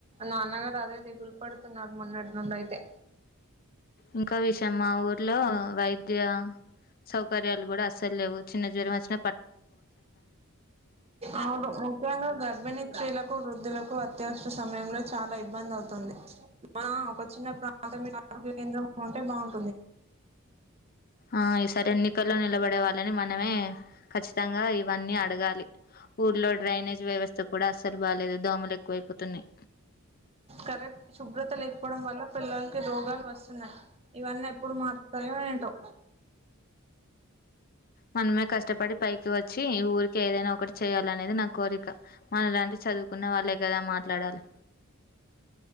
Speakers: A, on the right; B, on the left.
A: నాన్నగారు అదే దిగులు పడుతున్నారు మొన్నటి నుం అయితే
B: ఇంకా విష మా ఊర్లో వైద్య సౌకర్యాలు కూడా అస్సలు లేవు చిన్న జ్వర వచ్చిన
A: అవును ముఖ్యంగా గర్భిణి ఇస్తయిల వృద్ధులకు అత్యవసర సమయంలో చాలా ఇబ్బంది అవుతుంది మ ఒక చిన్న ప్రాథమిక ఆరోగ్య కేంద్రం ఉంటే బాగుు
B: ఆ ఈ సారి ఎన్నికల్ లో నిలబడే వాళ్ళని మనమే ఖచ్చితంగా ఇవన్నీ అడగాలి ఊర్లో డ్రైనేజ్ వ్యవస్థ కూడా అస్సలు బాాలేదు దోమలు ఎక్కువైపోతున్నాయి
A: కరెక్ట్ శుభ్రత లేకపోవడం వల్ల పిల్లలకి రోగాలు వస్తున్నాయి ఇవన్నీ ఎప్పుడు మాత్రయో ఏటో
B: మనమే కష్టపడి పై వచ్చి ఈ ఊరికి ఏదైనా ఒకటి చేయాలనేది నా కోరిక మనం ఇలాంటి చదువుకున్న వాళ్ళ కదా మాట్లాడాలి